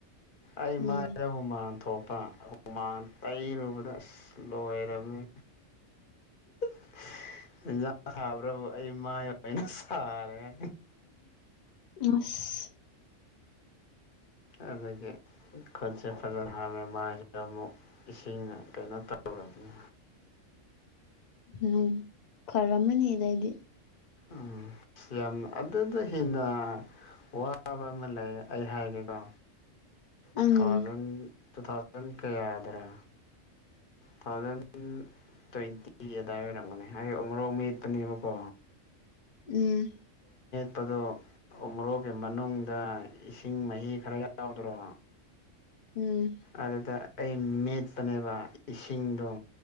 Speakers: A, on the left; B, on the left.
A: ꯑꯩꯃꯥꯦ
B: ꯎꯝ
A: ꯍꯨꯃꯥꯟ ꯄꯨꯊꯣꯛꯄ ꯍꯨꯃꯥꯡ ꯇꯩꯔꯨꯕꯗ ꯑꯁ ꯂꯣꯏꯔꯝꯃꯤ <unintelligible> ꯏꯟꯖꯥꯡ ꯊꯥꯕ꯭ꯔꯕꯨ ꯑꯩ ꯃꯥꯏ ꯑꯣꯏꯅ ꯁꯥꯔꯦꯦ
B: ꯑꯁ
A: ꯑꯗꯨꯗꯒꯤꯗꯒꯤꯦ ꯈꯣꯜꯁꯦ ꯐꯔ ꯑꯍ ꯃꯃꯥꯏꯁꯤꯗ ꯑꯃꯨꯛ ꯏꯁꯤꯡꯅ ꯀꯩꯅꯣ ꯇꯧꯔꯕꯅꯤ
B: ꯎ ꯎꯝ ꯐꯔꯝꯃꯅꯤꯗꯏꯗꯤ
A: ꯎꯝ ꯌꯥꯝ ꯑꯗꯨꯗ ꯍꯦꯟꯅ ꯋꯥꯕ ꯑꯃ ꯂꯩ ꯑꯩ ꯍꯥꯏꯒꯦꯀꯣ
B: ꯑꯪ
A: ꯇꯨ ꯊꯥꯎꯖꯟ ꯇꯨ ꯊꯥꯎꯖꯟ ꯀꯌꯥꯗ꯭ꯔꯥ ꯊꯥꯎꯖꯟ ꯇ꯭ꯋꯦꯟꯇꯤ ꯑꯗꯥꯏ ꯑꯣꯏꯔꯝꯒꯅꯦ ꯑꯩ ꯃꯣꯔꯣꯛ ꯃꯠꯄꯅꯦꯕꯀꯣ
B: ꯎꯝ
A: ꯄꯗꯨ ꯎꯣꯔꯣꯛꯒꯤ ꯃꯅꯨꯡꯗ ꯏꯁꯤꯡ ꯃꯍꯤ ꯈꯔ ꯌꯥꯎꯗ꯭ꯔꯣ
B: ꯎꯝ
A: ꯑꯗꯨꯗ ꯑꯩ ꯃꯦꯠꯄꯅꯦꯕ ꯏꯁꯤꯡꯗꯣ